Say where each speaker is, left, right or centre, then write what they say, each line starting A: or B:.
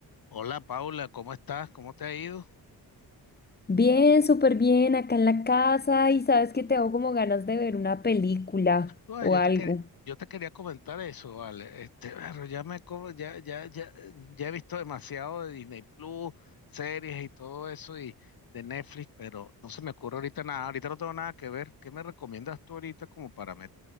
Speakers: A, on the left; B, on the left.
A: Hola Paula, ¿cómo estás? ¿Cómo te ha ido?
B: Bien, súper bien, acá en la casa y sabes que tengo como ganas de ver una película
A: No,
B: o
A: yo
B: algo.
A: te quer- yo te quería comentar eso, vale. Este, pero ya me co- ya, ya, ya, ya he visto demasiado de Disney Plus, series y todo eso y de Netflix, pero no se me ocurre ahorita nada. Ahorita no tengo nada que ver. ¿Qué me recomiendas tú ahorita como para met-